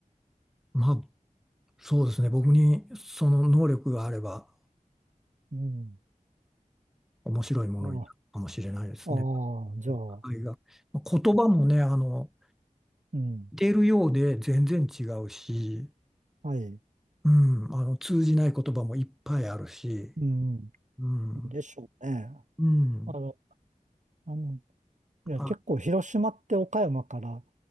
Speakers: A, in the centre; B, on the right.
A: まあ、そうですね。僕にその能力があれば、
B: うん。
A: 面白いものになるかもしれないですね。
B: ああ、ああじゃあ、
A: お互いが。まあ言葉もね、あの、
B: うん。
A: 似てるようで全然違うし、
B: はい。
A: うん、あの通じない言葉もいっぱいあるし、
B: うん。
A: うん、
B: でしょうね。
A: うん、
B: あの、あの、いや、
A: あ、
B: 結構広島って岡山から